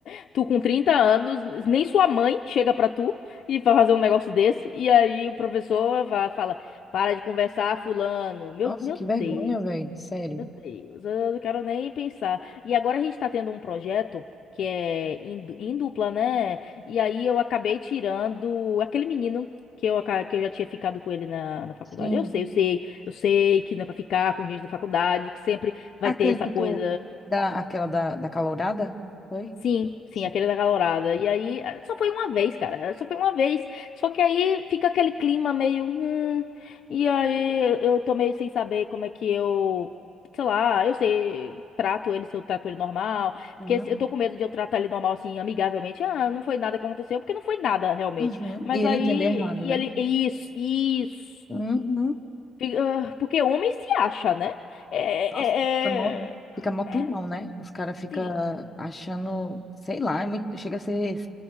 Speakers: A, on the left (about 55°); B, on the left (about 15°).
A: <laughs> tu com 30 anos, nem sua mãe chega pra tu e vai fazer um negócio desse, e aí o professor vai, fala: para de conversar, fulano. Meu,
B: Nossa,
A: meu
B: que
A: Deus.
B: vergonha, velho. Sério.
A: Meu Deus, eu não quero nem pensar. E agora a gente está tendo um projeto que é em, du- em dupla, né? E aí eu acabei tirando aquele menino que eu, aca- que eu já tinha ficado com ele na, na faculdade.
B: Sim.
A: Eu sei, eu sei, eu sei que não é pra ficar com gente da faculdade, que sempre vai
B: Aquele
A: ter essa
B: que
A: coisa.
B: tu dá, aquela da, da calourada, foi?
A: Sim, sim,
B: Sim.
A: aquele da calorada. E aí, eh, só foi uma vez, cara. Só foi uma vez. Só que aí fica aquele clima meio. hum, e aí eu tô meio sem saber como é que eu. Sei lá, eu sei, trato ele se eu trato ele normal.
B: Uhum.
A: Porque se- eu tô com medo de eu tratar ele normal, assim, amigavelmente. Ah, não foi nada que aconteceu, porque não foi nada realmente.
B: Uhum.
A: Mas
B: E ele
A: aí.
B: entender errado,
A: E
B: né?
A: ele. Isso, isso.
B: Uhum.
A: Fica- ah, Porque homem se acha, né? É.
B: Nossa, fica mó,
A: é,
B: fica mó climão,
A: é... é,
B: né? Os caras ficam
A: Sim,
B: achando, sei lá, é muito, chega a ser